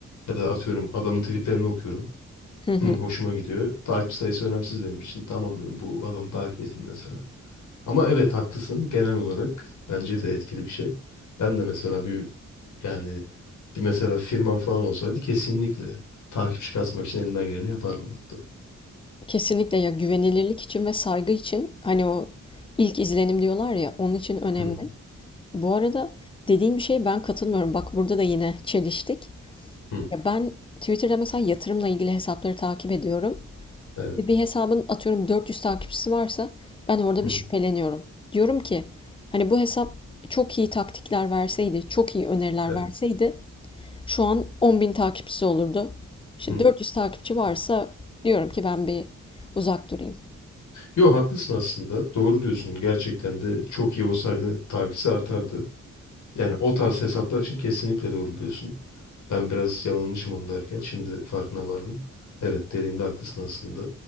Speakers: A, on the left; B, on the left.
A: Ya da atıyorum adamın tweetlerini okuyorum.
B: Hı hı.
A: Hı, hoşuma gidiyor. Takip sayısı önemsiz benim için. Tamam diyorum bu adamı takip edeyim mesela. Ama evet haklısın. Genel olarak bence de etkili bir şey. Ben de mesela bir yani bir mesela firmam falan olsaydı kesinlikle takipçi kasmak için elimden geleni yapardım hatta.
B: Kesinlikle ya güvenilirlik için ve saygı için hani o ilk izlenim diyorlar ya onun için önemli.
A: Hı hı.
B: Bu arada dediğin bir şeye ben katılmıyorum. Bak burada da yine çeliştik.
A: hı.
B: Ya ben Twitter'da mesela yatırımla ilgili hesapları takip ediyorum.
A: Evet.
B: Ve bir hesabın atıyorum 400 takipçisi varsa ben orada
A: Hı
B: bir
A: hı.
B: şüpheleniyorum. Diyorum ki hani bu hesap çok iyi taktikler verseydi, çok iyi öneriler
A: Evet.
B: verseydi şu an 10.000 takipçisi olurdu. İşte
A: Hı.
B: 400 takipçi varsa diyorum ki ben bir uzak durayım.
A: Yo haklısın aslında. Doğru diyorsun. Gerçekten de çok iyi olsaydı takipçisi artardı. Yani o tarz hesaplar için kesinlikle doğru diyorsun. Ben biraz yanılmışım onu derken şimdi farkına vardım. Evet dediğinde haklısın aslında.